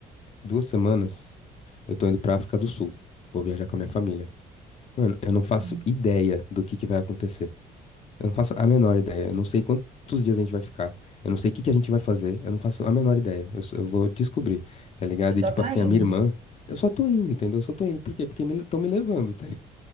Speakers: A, on the left; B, on the right.
A: duas semanas, eu tô indo pra África do Sul, vou viajar com a minha família. Mano, eu não faço
B: Sim.
A: ideia do que que vai acontecer. Eu não faço a menor ideia. Eu não sei quantos dias a gente vai ficar. Eu não sei o que que a gente vai fazer. Eu não faço a menor ideia. Eu, só- eu vou descobrir, tá ligado?
B: Você só
A: E tipo
B: tá
A: assim,
B: indo.
A: a minha irmã, eu só tô indo, entendeu? Eu só tô indo. Por quê? Porque estão me, tão me levando, tá